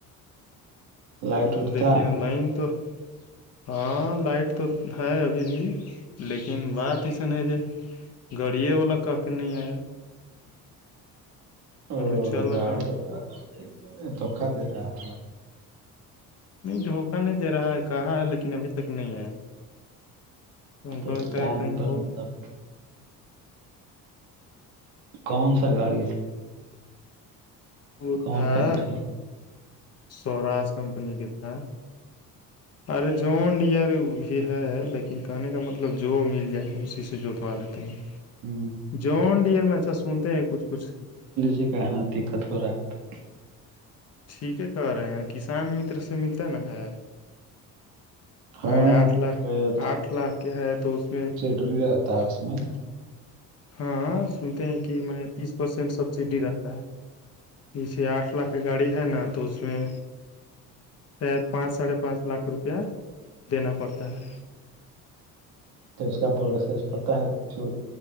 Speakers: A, on the right (about 85°); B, on the left (about 45°).
A: لائٹ
B: اب
A: وٹ
B: دیکھیے
A: تھا
B: نا لائن تو ہاں لائٹ تو ہے ابھی ج لیکن بات ایسن ہے ج گاڑیے والا کہ کے نہیں آیا
A: ا
B: کہیں چل
A: گاڑی
B: رہا ہوگا
A: والا دھوکا دے رہا ہ
B: نہیں دھوکہ نہیں دے رہا ہے کہا ہے لیکن ابھی تک نہیں آیا انکو
A: تو
B: لگتا
A: ٹائم
B: ہے کہی
A: پر
B: ہو
A: مطلب کون سا گاڑی تھا
B: وہ
A: کون
B: تھا
A: کمپنی
B: سوراج کمپنی کے تھا
A: <inaudible>
B: ارے جوان ڈئر بھی ہے لیکن کہنے کا مطلب جو مل جائے اسی سے جوتوا لیتے ہیں
A: ہوں
B: جوان ڈئر میں اچھا سنتے ہیں کچھ کچھ
A: یے کہنا دقت ہو رہا ہے
B: ٹھیک ہے کر رہے ہیں کسان متر سے ملتا نا ہے
A: ہاں
B: ہ آٹھ لاکھ
A: کوئی
B: آٹھ لاکھ کیا ہے تو اس میں
A: ری رہتا ہے اس میں
B: ہاں سنتے ہیں کہ میں تیس پرسینٹ سبسڈی رہتا ہے جیسے آٹھ لاکھ کی گاڑی ہے نا تو اس میں شاید پانچ ساڑھے پانچ لاکھ روپیہ دینا پڑتا ہے
A: تو اس کا پورسی کرتا ہے چو